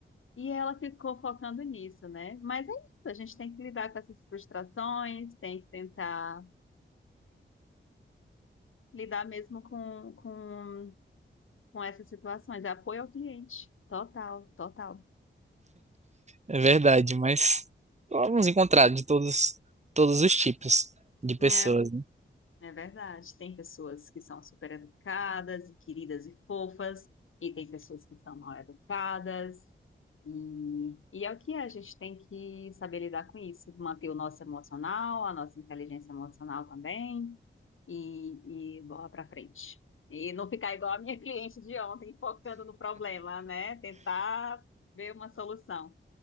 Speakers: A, on the left; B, on the right.
A: E ela ficou focando nisso, né? Mas é isso, a gente tem que lidar com essas frustrações, tem que tentar lidar mesmo com, com, com essas situações. É apoio ao cliente. Total, total.
B: É verdade, mas vamos encontrar de todos, todos os tipos de pessoas,
A: É,
B: né?
A: é verdade. Tem pessoas que são super educadas, queridas e fofas, e tem pessoas que são mal educadas. E, e é o que é, a gente tem que saber lidar com isso, manter o nosso emocional, a nossa inteligência emocional também, e, e bola pra frente. E não ficar igual a minha <laughs> cliente de ontem, focando no problema, né? Tentar ver uma solução.